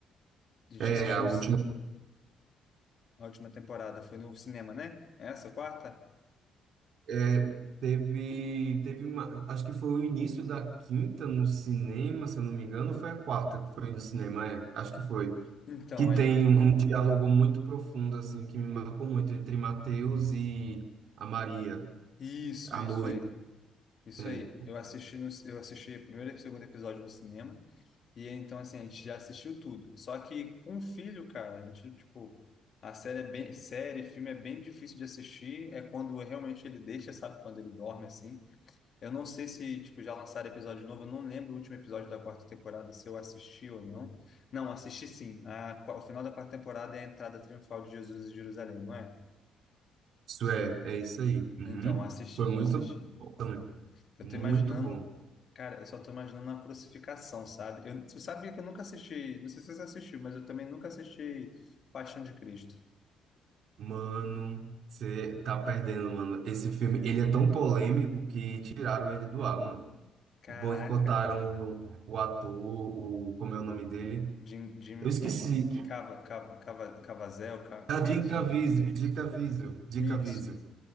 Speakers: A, on the left; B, on the right.
A: A gente
B: É,
A: assistiu
B: a
A: no,
B: última
A: A última temporada foi no cinema, né? Essa quarta?
B: É, teve, teve uma, acho que foi o início da quinta no cinema, se eu não me engano, ou foi a quarta que foi no cinema, é, acho que foi.
A: Então,
B: Que
A: a
B: tem
A: gente...
B: um um diálogo muito profundo, assim, que me marcou muito entre Mateus e a Maria,
A: isso,
B: à
A: isso
B: noite.
A: aí. Isso
B: É.
A: aí. Eu assisti no... eu assisti o primeiro e o segundo episódio no cinema e então assim, a gente já assistiu tudo. Só que com filho, cara, a gente tipo a série é bem série, filme é bem difícil de assistir, é quando realmente ele deixa, sabe, quando ele dorme assim. Eu não sei se, tipo, já lançaram episódio novo, eu não lembro o último episódio da quarta temporada, se eu assisti ou não. Não, assisti sim. A, qua- o final da quarta temporada é a entrada triunfal de Jesus em Jerusalém, não é?
B: Isso é, é isso aí. Uhum.
A: Então, assisti,
B: Foi muito
A: eu assisti.
B: bom também.
A: Eu
B: Muito
A: tô imaginando,
B: bom.
A: cara, eu só tô imaginando a crucificação, sabe? Eu, você sabia que eu nunca assisti, não sei se você assistiu, mas eu também nunca assisti Paixão de Cristo.
B: Mano, você tá perdendo, mano. Esse filme, ele é tão polêmico que tiraram ele do ar, mano.
A: Caraca,
B: boicotaram o, o ator, o, como é o nome dele?
A: Jim, Jim,
B: Eu esqueci.
A: é, Cava, Cava, Cava, Cavazel, Ca-
B: Ah,
A: Caviezel.
B: Jim Caviezel, Jim Caviezel, Jim
A: Isso,
B: Caviezel.